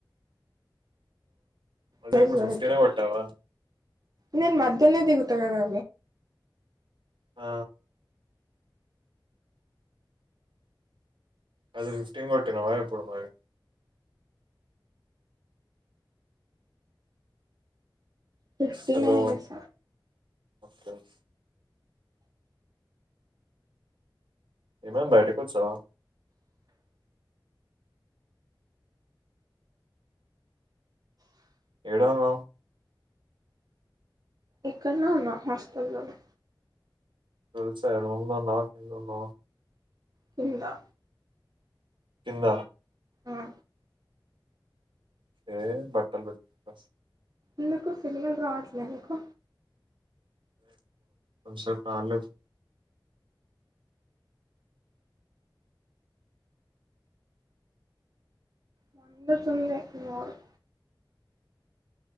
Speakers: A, on the right; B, on the right.
A: అదే
B: సరిరక
A: ఇప్పుడు ఫిఫ్టీనే కొట్టావా
B: నేను మధ తెనేదిగుతగరే
A: ఆ అది ఫిఫటీన్ కొట్టినవా ఇప్పుడు మరి
B: ఫిఫ్టీనే
A: హలో!
B: వేస
A: ఓకే <inaudible> ఎమమ్ భైటకుచ్చవ ఎడ ఉన్నావ్
B: ఇక్కడనా ఉన్నా హాస్టల్లోలో
A: రూమ్ లో ఉన్నావా కిందున్నవ
B: కింద
A: కింద
B: ఆ
A: ఏ బట్టలు పె
B: ఎందుకు సిగ్నల్ రావట్లే ఎందుకు
A: కన్సెట్ అాలదు
B: మండు తుంది డు